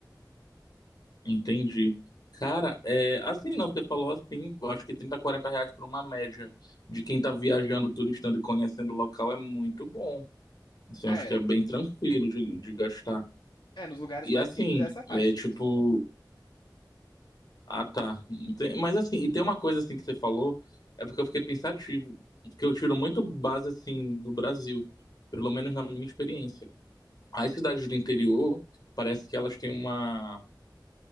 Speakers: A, on the left; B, on the left.
A: entendi. Cara, é, assim, não, você falou assim, eu acho que 30 40 reais por uma média de quem tá viajando, turistando e conhecendo o local é muito bom. Assim,
B: É,
A: eu acho que é bem tranquilo de, de gastar.
B: é, nos lugares
A: E
B: mais
A: assim,
B: simples é essa faixa
A: é tipo.
B: aí mesmo.
A: Ah, tá. Ente- Mas assim, e tem uma coisa assim que você falou, é porque eu fiquei pensativo, que eu tiro muito base assim do Brasil, pelo menos na minha experiência. As cidades do interior, parece que elas têm uma